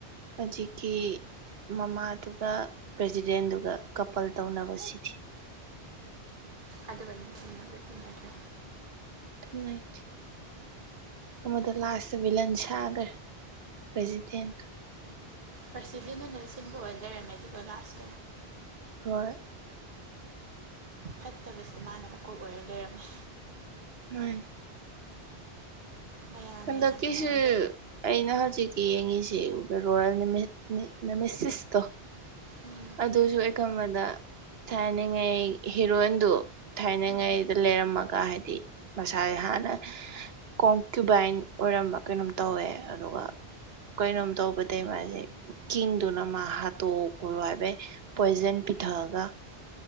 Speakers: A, on the right; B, on the right.
A: ꯍꯧꯖꯤꯛꯀꯤ ꯃꯃꯥꯗꯨꯒ ꯄ꯭ꯔꯖꯤꯗꯦꯟꯗꯨꯒ ꯀꯥꯄꯜ ꯇꯧꯅꯕꯁꯤꯗꯤ
B: ꯑꯗꯨꯒꯗꯤ ꯊꯨꯡꯅꯕꯗꯤ ꯊꯨꯡꯅꯗ꯭ꯔꯦ
A: ꯅꯦꯡꯉꯥꯢꯇꯦ ꯑꯃꯗꯣ ꯂꯥꯁꯇ ꯕꯤꯂꯟ ꯁꯥꯒ꯭ꯔꯦ ꯄꯥꯔꯖꯤꯗꯦꯟ ꯗꯣ
B: ꯄꯔꯥꯁꯤꯗꯤꯟꯅ ꯂꯩ <inaudible> ꯁꯤꯟꯕ ꯑꯣꯏ ꯂꯩꯔꯝꯃꯦꯗꯨꯒ ꯂꯥꯁ
A: ꯍꯣꯏ
B: ꯐꯠꯇꯕꯁꯤ ꯃꯥꯅ ꯃꯀꯣꯛ ꯑꯣꯏꯔ ꯂꯩꯔꯝꯃꯦ
A: ꯃꯥꯅꯦ
B: ꯃꯌꯥꯝꯅ
A: ꯍꯟꯗꯛ
B: ꯌꯥꯝꯅ
A: ꯀꯤꯁꯨ
B: ꯃꯉꯣꯟꯗ
A: ꯑꯩꯅ ꯍꯧꯖꯤꯛꯀꯤ ꯌꯦꯡꯉꯤꯁꯤ ꯔꯣꯌꯦꯜ ꯅꯃꯍꯦ ꯅꯤ ꯅꯃꯁꯤꯁꯇꯣ
B: ꯎꯝ
A: ꯑꯗꯨꯁꯨ ꯑꯩꯅ ꯈꯥꯟꯕꯗ ꯊꯥꯏꯅꯉꯩ ꯍꯤꯔꯣꯏꯟꯗꯨ ꯊꯥꯏꯅꯉꯩꯗ
B: ꯎꯝ
A: ꯂꯩꯔꯝꯃꯒ ꯍꯥꯏꯗꯤ ꯃꯁꯥꯁꯦ ꯍꯥꯟꯅ ꯀꯣꯡꯀꯌꯨꯕꯥꯏꯟ ꯑꯣꯏꯔꯝꯕ ꯀꯩꯅꯣꯝ ꯇꯧꯋꯦ ꯑꯗꯨꯒ ꯀꯩꯅꯣꯝ ꯇꯧꯕꯗꯩ ꯃꯥꯁꯦ ꯀꯤꯡꯗꯨꯅ ꯃꯥ ꯍꯥꯠꯇꯣꯛꯑꯣꯅ ꯍꯥꯏꯕꯗꯩ ꯄꯣꯏꯖꯟ ꯄꯤꯊꯥꯛꯑꯒ